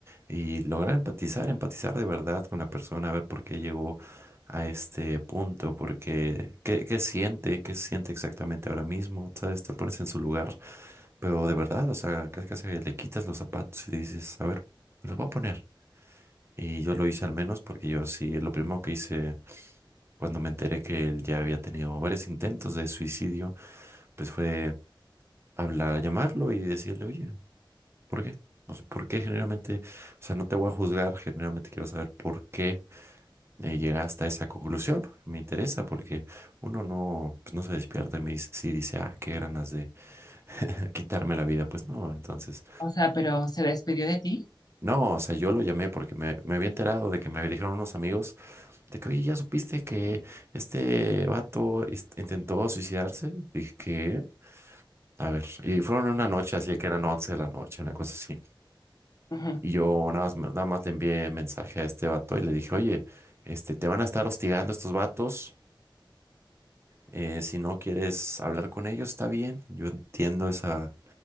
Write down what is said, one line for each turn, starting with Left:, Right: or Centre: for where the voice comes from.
Right: y lograr empatizar, empatizar de verdad con la persona, a ver por qué llegó a este punto, porque qué, qué siente, qué siente exactamente ahora mismo, ¿sabes? Te pones en su lugar, pero de verdad, o sea, casi casi le quitas los zapatos y le dices, a ver, me los voy a poner. Y yo lo hice al menos porque yo sí, lo primero que hice cuando me enteré que él ya había tenido varios intentos de suicidio, pues fue hablar, llamarlo y decirle, oye, ¿Por qué? O sea, ¿por qué generalmente? O sea, no te voy a juzgar, generalmente quiero saber por qué eh, llegaste a esa conclusión. Me interesa porque uno no, pues, no se despierta y me dice, sí, dice, ah, qué ganas de <laughs> quitarme la vida. Pues no, entonces,
Left: O sea, pero se despidió de ti.
Right: no, o sea, yo lo llamé porque me, me había enterado de que me dijeron unos amigos de que, oye, ¿ya supiste que este vato is- intentó suicidarse? Dije, ¿qué? A ver, y fueron en una noche, así que eran 11 de la noche, una cosa así.
Left: Ujú,
Right: Y yo nada más, nada más le envié mensaje a este vato y le dije, oye, este, te van a estar hostigando estos vatos. eh, si no quieres hablar con ellos, está bien. Yo entiendo esa,